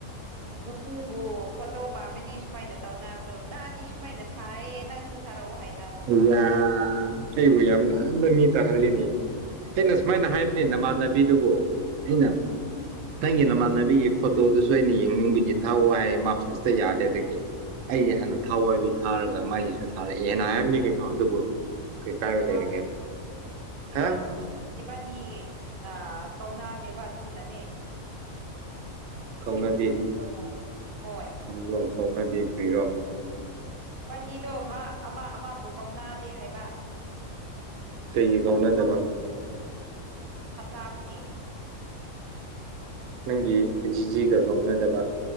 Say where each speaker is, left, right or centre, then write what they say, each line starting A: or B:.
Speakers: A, on the right; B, on the right.
A: ꯅꯇꯨꯕꯨ ꯐꯣꯇꯣ ꯄꯥꯝꯃꯦꯗꯤ ꯁꯨꯃꯥꯏꯅ ꯇꯧꯅꯕ꯭ꯔꯣ ꯃꯥꯗꯤ ꯁꯨꯃꯥꯏꯅ ꯊꯥꯏꯑꯌꯦ ꯅꯪꯁꯨ ꯊꯥꯔꯛꯑꯣ ꯍꯥꯏꯅꯕ
B: ꯌꯥ ꯑꯩꯕꯨ ꯌꯥꯝ ꯂꯥꯟꯕ ꯃꯤ ꯇꯥꯍꯜꯂꯦꯅꯦ ꯑꯩꯅ ꯁꯨꯃꯥꯏꯅ ꯍꯥꯏꯕꯅꯦ ꯅꯃꯥꯟꯅꯕꯤꯗꯨꯕꯨ ꯑꯩꯅ ꯅꯪꯒꯤ ꯅꯃꯥꯟꯅꯕꯤꯒꯤ ꯐꯣꯇꯣꯗꯨꯁꯨ ꯑꯩꯅ ꯌꯦꯡꯅꯤꯡꯕꯒꯤ ꯊꯥꯎ ꯋꯥ ꯍꯥꯏ ꯃꯥ ꯐꯁꯇ ꯌꯥꯗꯦ ꯑꯗꯒꯤ ꯑꯩ ꯍꯥꯟꯅ ꯊꯥꯎ ꯍꯥꯏꯕꯩ ꯊꯥꯔꯒ ꯃꯥꯒꯤꯁꯨ ꯊꯥꯔꯛꯑꯦꯅ ꯍꯥꯏꯕꯅꯤ ꯀꯩꯅꯣ ꯑꯗꯨꯕꯨ ꯀꯩ ꯀꯥꯏꯕ
A: ꯋꯥ
B: ꯂꯩꯔꯒꯦ ꯍꯥ
A: ꯏꯕꯥꯟꯅꯤ ꯏꯕꯥꯟꯅꯤ ꯑ ꯀꯧꯅꯥ ꯗꯦꯕ ꯑꯗꯨꯅꯅꯦ
B: ꯀꯧꯅꯗꯦ
A: ꯀꯟꯕ ꯅꯪ ꯍꯣꯏ
B: ꯀꯔꯤꯔꯣ ꯀꯧꯅꯗꯦ ꯀ꯭ꯔꯤꯔꯣ
A: ꯕꯅꯤꯗꯣ ꯃꯥ ꯑꯃ ꯑꯃꯕꯨ ꯀꯧꯅꯥꯗꯦ ꯍꯥꯏꯕ
B: ꯀꯩꯒꯤ ꯀꯧꯅꯗꯕ
A: ꯈꯠꯅꯕꯒꯤ ꯈꯠꯅꯥꯕꯒꯤ
B: ꯅꯪꯒꯤ ꯖꯤꯖꯤꯒ ꯀꯧꯅꯗꯕ